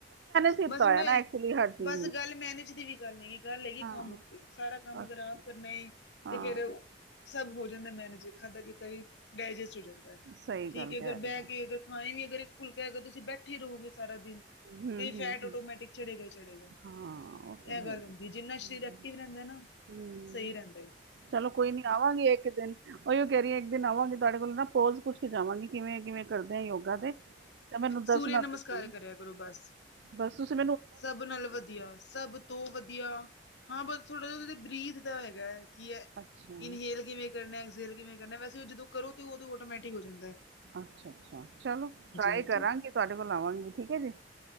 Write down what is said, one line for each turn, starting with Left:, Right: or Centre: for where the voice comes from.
Right: ਕੀਤਾ
Left: ਬਸ
Right: ਹੋਇਆ
Left: ਮੈਂ,
Right: ਨਾ ਐਕਚੁਅਲੀ ਹਰ ਚੀਜ਼
Left: ਬਸ
Right: ਨੂੰ
Left: ਗੱਲ ਮੈਨੇਜ ਦੀ ਵੀ ਕਰਨੀ ਏ ਗੱਲ ਹੈਗੀ
Right: ਹਾਂ
Left: ਕੰਮ ਉੱਤੇ, ਸਾਰਾ ਕੰਮ
Right: ਅੱਛਾ
Left: ਅਗਰ ਆਪ ਕਰਨੇ ਏ
Right: ਹਾਂ
Left: ਤੇ ਫੇਰ ਸਭ ਹੋ ਜਾਂਦਾ ਮੈਨੇਜ, ਖਾਧਾ ਪੀਤਾ ਵੀ ਡਾਇਜਸਟ ਹੋ ਜਾਂਦਾ ਏ,
Right: ਸਹੀ
Left: ਠੀਕ
Right: ਗੱਲ
Left: ਏ
Right: ਕਹਿ
Left: ਅਗਰ
Right: ਰਹੇ
Left: ਬਹਿ
Right: ਹੋ
Left: ਕੇ ਅਗਰ ਹਾਂਏ ਨੀ ਅਗਰ ਇਕ ਫੁਲਕਾ ਹੈਗਾ, ਤੁਸੀਂ ਬੈਠੇ ਰਹੋਗੇ ਸਾਰਾ ਦਿਨ
Right: ਹੂੰ
Left: ਤੇ
Right: ਹੂੰ
Left: ਫੈਟ
Right: ਹੂੰ।
Left: ਓਟੋਮੈਟਿਕ ਚੜੇਗਾ ਈ ਚੜੇਗਾ,
Right: ਹਾਂ ਉਹ ਤਾਂ
Left: ਐ
Right: ਹੈ
Left: ਗੱਲ
Right: ਹੀ।
Left: ਹੁੰਦੀ ਏ ਜਿੰਨਾ
Right: ਹੂੰ,
Left: ਸ਼ਰੀਰ ਐਕਟਿਵ ਰੈਹੰਦਾ ਨਾ
Right: ਹੂੰ।
Left: ਸਹੀ ਰੈਹਂਦਾ ਏ।
Right: ਚਲੋ ਕੋਈ ਨੀ, ਆਵਾਂਗੇ ਏੱਕ ਦਿਨ। ਓਈਓ ਕੈਹ ਰੀਆਂ ਇੱਕ ਦਿਨ ਆਵਾਂਗੇ ਤੂਆਡੇ ਕੋਲ ਨਾ ਪੋਜ ਪੂੱਛ ਕੇ ਜਾਵਾਂਗੀ ਕਿਵੇਂ, ਕਿਵੇਂ ਕਰਦੇ ਆਂ ਯੋਗਾ ਦੇ। ਤੇ ਮੈਨੂੰ ਦੱਸਣਾ
Left: ਸੂਰੇਆ ਨਮਸਕਾਰ
Right: ਤੁਸੀਂ
Left: ਕਰੇਆ ਕਰੋ ਬਾਸ।
Right: ਬਸ ਤੂਸੀ
Left: ਸਭ ਨਾਲ ਵਧੀਆ, ਸਬ ਤੋਂ ਵਦੀਆ, ਹਾਂ ਬਾਸ ਥੋੜਾ ਜਾ ਓਦੇ ਤੇ ਬਰੀਥ ਦਾ ਹੈਗਾ, ਕਿ ਐ
Right: ਅੱਛਾ
Left: ਇਨਹੇਲ ਕਿਵੇਂ ਕਰਨਾ ਸੇਲ ਕਿਵੇਂ ਕਰਨਾ, ਵੈਸੇ ਓ ਜਦੋ ਕਰੋ ਤੇ ਓਦੋ ਓਟੋਮੈਟਿਕ ਹੋ ਜਾਂਦੈ।
Right: ਅੱਛਾ, ਅੱਛਾ ਚਲੋ ਟਰਾਈ
Left: ਹਾਂਜੀ।
Right: ਕਰਾਂਗੀ ਤੂਆਡੇ ਕੋਲ ਆਵਾਂਗੀ ਠੀਕ ਹੈ ਜੀ,